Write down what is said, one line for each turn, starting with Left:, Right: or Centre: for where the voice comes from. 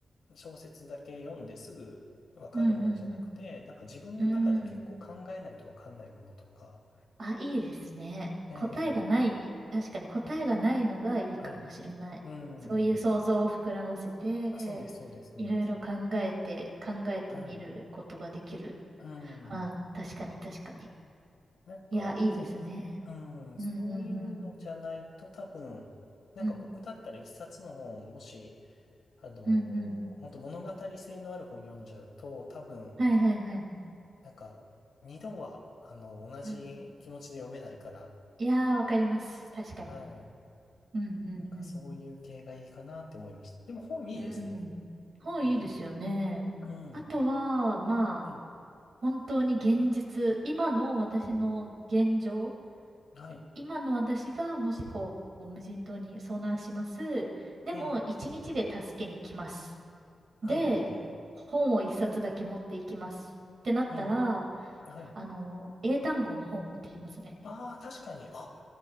Left: 小説だけ読んですぐわかるものじゃなくて、
Right: うん
Left: なんか自分の中で結構考えないとわかんないものとか、
Right: うんうん。うん。あ、いいですね。
Left: ええ、
Right: 答えがない、確かに答えがないのがいいかもしれない。
Left: はい。うん。
Right: そういう想像を膨らませて、
Left: あ、そうです、そうです、そうです。
Right: いろいろ考えて、考えてみることができる。
Left: はい。うん。
Right: あ、確かに確かに。
Left: なんか、
Right: いや、いいですね。
Left: そうですね。うん。
Right: うんうんうん。
Left: そういうのじゃないと多分、なんか僕だったら一冊の本、
Right: うん。
Left: もし、あのー、
Right: うんうん。
Left: 本当物語性のある本読んじゃうと、多分、
Right: はいはいはい。
Left: なんか、二度は、あの、同じ気持ちで読めないから、
Right: うん。いやー、わかります。確かに。
Left: はい。
Right: うんうん
Left: なんか、そういう系がいいかなって思いました。でも、本いいですね。
Right: うん。うん。本いいですよね。
Left: うん。うん。
Right: あとは、まあ、
Left: はい。
Right: 本当に現実、今の私の現状、
Left: はい。
Right: 今の私がもしこう、無人島に遭難します。でも、
Left: ええ。
Right: 一日で助けに来ます。
Left: はい、
Right: で、
Left: はい、はい。
Right: 本を一冊だけ持っていきます。ってなったら、
Left: うん。はい。
Right: あの、英単語の本を持ってきますね。
Left: ああ、確かに。あ、